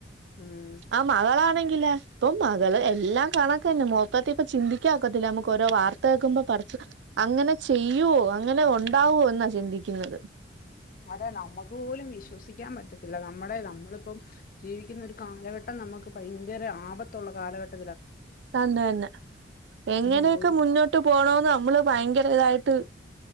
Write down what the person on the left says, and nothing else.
ഉം
അതെ നമുക്ക് പോലും വിശ്വസിക്കാൻ പറ്റത്തില്ല നമ്മുടെ നമ്മളിപ്പം ജീവിക്കുന്ന ഒരു കാലഘട്ടം നമുക്ക് ഭയങ്കര ആപത്തുള്ള കാലഘട്ട
ഉം ഒരു